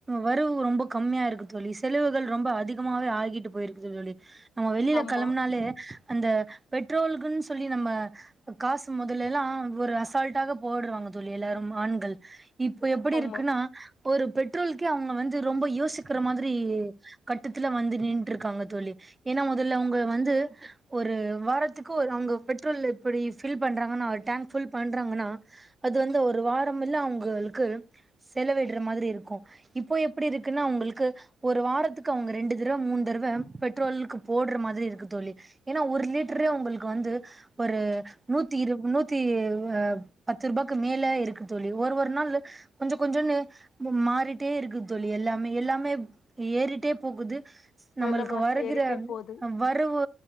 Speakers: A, on the right; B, on the left.
A: வரவு ரொம்ப கம்மியா இருக்கு தோழி செலவுகள் ரொம்ப அதிக் த்தமாவே ஆயி ங்கிட்டு போயிருக்குது தோழி நம்ம வெளில
B: ஆமா
A: கெளம்புனாலே அந்த பெட்ரோல்க்குன்னு சொல்லி நம்ம காசு மொதல்லல்லா ஒரு அசால்ட்டாக போடுறாங்க தோழி எல்லாரு ஆண்கள் இப்போ எப்படி
B: ஆமா
A: இருக்குன்னா ஒரு பெட்ரோலுக்கே அவுங்க வந்து ரொம்ப யோசிக்கிற மாதிரி கட்டுத்து இதல வந்து நின் இருக்காங்க தோழி ஏனா முதல அவுங்க வந்து ஒரு வாரத்துக்கு ஒரு அவுங்க பெட்ரோல் இப்படி ஃபில் பண்றாங்கன்னா ஒரு டேங்க் ஃபுல் பண்றாங்கன்னா அது வந்து ஒரு வாரோ இல்ல அவுங்களுக்கு செலவிடுற மாதிரி இருக்கு இப்போ எப்படி இருக்குன்னா உங்களுக் க்கு ஒரு வாரத்துக்கு அவுங்க ரெண்டு தடவ மூணு தடவ <unintelligible> பெட்ரோலுக்கு போடுற மாதிரி இருக்கு தோழி ஏன்னா ஒரு லிட்டரே உங்களுக்கு வந்து ஒரு நூத்தி இரு நூத்தி ஆ பத்து ரூபாய்க்கு மேல இருக்கு தோழி ஒரு ஒரு நாள் கொஞ்சம் கொஞ்சன்னு மாறிட்டே இருக்கு தோழி எல்லாமே எல்லாமே ஏறிட்டே போகுது
B: வெலவாசி
A: நம்மளுக்கு வருகிற
B: ஏறிட்டே போது
A: வரவு